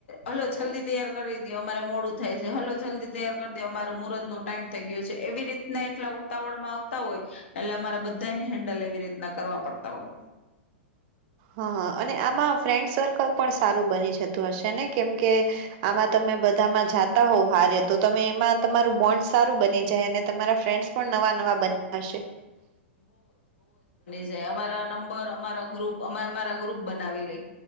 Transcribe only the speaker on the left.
હલો જલ્દી તૈયાર કરી દયો અમારે મોડું થાય છે. હલો જલ્દી તૈયાર કરી દો અમારો મુૂરત નો ટાઈમ થઈ ગયો છે. એવી રીતના એટલા ઉતાવળમાં આવતા હોય, એટલે અમારે બધાને હેન્ડલ એવી રીતના કરવા પડતા હોય.
તે અમારા નંબર, અમારા ગ્રુપ અમે અમારા ગ્રુપ બનાવી લઈ.